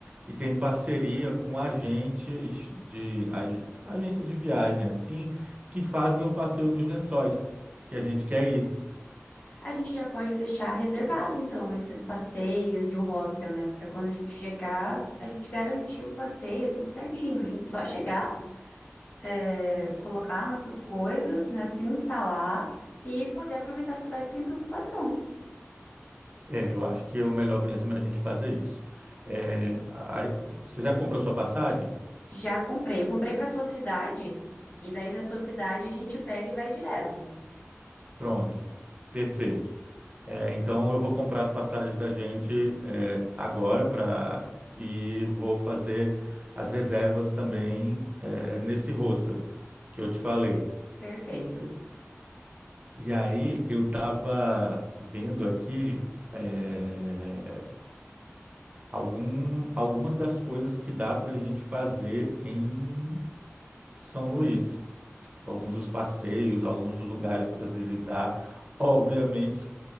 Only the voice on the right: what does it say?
e tem parceria com agentes de ag- agência de viagem assim que fazem o passeio dos lençóis que a gente quer ir.
É, eu acho que é o melhor mesmo é a gente fazer isso. É, a- a- você já comprou sua passagem?
Pronto, perfeito. É, então eu vou comprar as passagens da gente é, agora para e vou fazer as reservas também é, nesse hostel que eu te falei.
E aí eu estava vendo aqui é, algum, algumas das coisas que dá para a gente fazer em São Luís, Tipo, alguns dos passeios, alguns dos lugares para visitar. Obviamente,